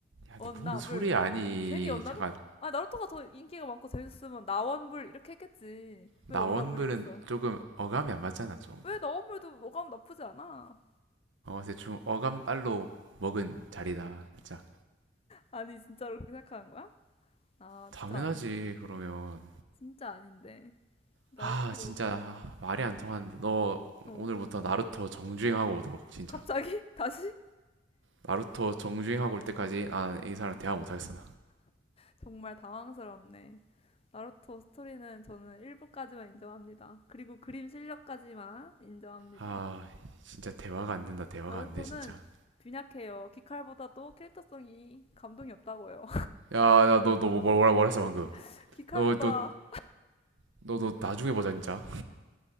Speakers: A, on the right; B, on the left.
A: 아니
B: 원나블.
A: 뭔 소리야 아니
B: 괜히 원나블?
A: 잠깐
B: 아, 나루토가 더 인기가 많고 재밌었으면 나원불 이렇게 했겠지.
A: 나원불은
B: 왜 원나블이겠어?
A: 조금 어감이 안 맞잖아 좀어
B: 왜 나원불도 어감 나쁘지 않아?
A: 대충 어감 빨로 먹은 자리다 살짝
B: 아니 진짜로 그렇게 생각하는 거야? 아
A: 당연하지
B: 진짜 아닌
A: 그러면
B: 진짜 아닌데 나루토
A: 아 진짜 말이 안 통하는데 너
B: 어
A: 오늘부터 나루토 정주행하고 오도록 진짜
B: 갑자기 <laughs> 다시
A: 나루토 정주행하고 올 때까지 아 이 사람 대화 못하겠어
B: 정말 당황스럽네 나루토 스토리는 저는 일부까지만 인정합니다 그리고 그림 실력까지만 인정합니다
A: 나아 진짜 대화가 안 된다 대화가
B: 나루토는
A: 안돼 진짜
B: 빈약해요 기칼보다도 캐릭터성이 감동이 없다고요
A: 야, 야, 너, 너, 뭐, 뭐라, 뭐라 했어, 방금.
B: <laughs> 기칼보다
A: 너, 너, 너, 너, 나중에 보자, 진짜.